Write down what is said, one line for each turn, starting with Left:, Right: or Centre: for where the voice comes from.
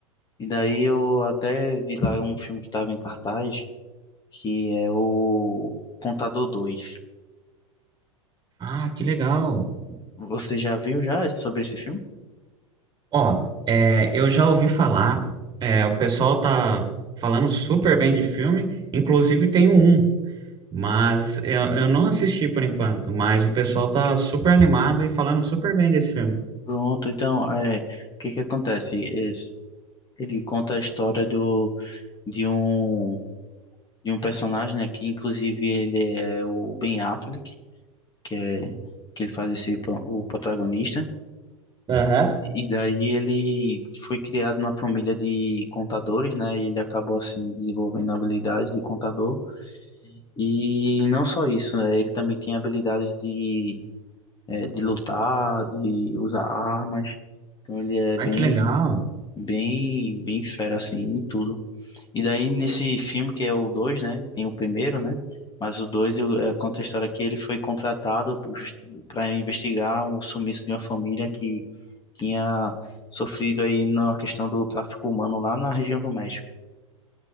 Left: E daí eu até vi lá um filme que estava em cartaz, que é o Contador dois
Right: Ah, que legal.
Left: Você já viu já sobre esse filme?
Right: Ó, é, eu já ouvi falar, é, o pessoal tá falando super bem de filme, inclusive tem um, mas eu, eu não assisti por enquanto, mas o pessoal tá super animado e falando super bem desse filme.
Left: Pronto, então, é, o que que acontece? Esse- ele conta a história do, de um, de um personagem, né, que inclusive ele é o Ben Affleck, que é, que ele faz esse, pro- o protagonista.
Right: Aham.
Left: E daí ele foi criado numa família de contadores, né, e ele acabou, assim, desenvolvendo habilidades de contador. E não só isso, né? Ele também tinha habilidades de, eh, de lutar, de usar armas. Então ele é
Right: Ah,
Left: bem,
Right: que legal.
Left: bem, bem fera, assim, em tudo. E daí nesse filme, que é o dois né? Tem o primeiro, né? Mas o 2 conta a história que ele foi contratado para investigar o sumiço de uma família que tinha sofrido aí na questão do tráfico humano lá na região do México.